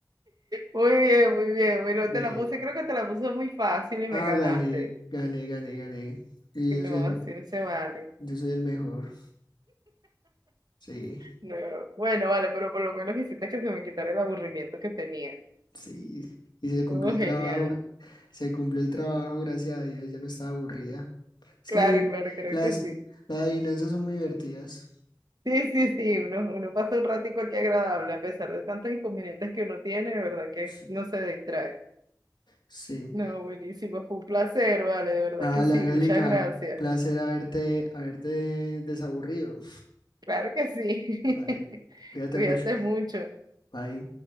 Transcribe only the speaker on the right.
Muy bien, muy bien. Bueno,
te la puse, creo que te la puse muy fácil y
me ganaste.
No,
así
no se vale.
No, bueno, vale, pero por lo menos hiciste que se me quitara el aburrimiento que tenía.
Oh,
genial.
Claro,
claro, creo
que sí.
Sí, sí, sí, uno, uno pasa un ratico aquí agradable, a pesar de tantos inconvenientes que uno tiene, de verdad que
no se distrae.
No, buenísimo, fue un placer, vale, de verdad
que sí,
muchas gracias.
Claro que sí.
<laughs>
Cuídate
mucho.